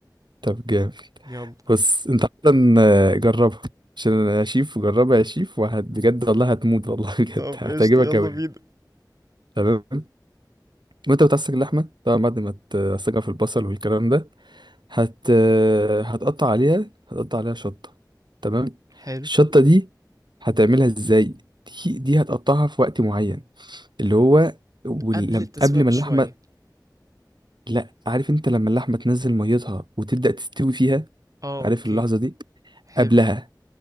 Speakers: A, on the right; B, on the right.
A: طب جامد
B: يلا
A: بص انت اصلا آه، جربها عشان انا شيف وجربها يا شيف وهت بجد والله هتموت والله <laughs> بجد
B: طب
A: هتعجبك
B: قشطة يلا
A: قوي
B: بينا
A: تمام وانت بتعصج اللحمه طبعا بعد ما تعصجها في البصل والكلام ده هت هتقطع عليها هتقطع عليها شطة تمام
B: حلو
A: الشطة دي هتعملها ازاي دي دي هتقطعها في وقت معين اللي هو ولم...
B: قبل التسوية
A: قبل
B: بشوية
A: ما اللحمة لا عارف انت لما اللحمة تنزل ميتها وتبدأ تستوي فيها
B: آه
A: عارف
B: أوكي
A: اللحظة دي
B: حلو
A: قبلها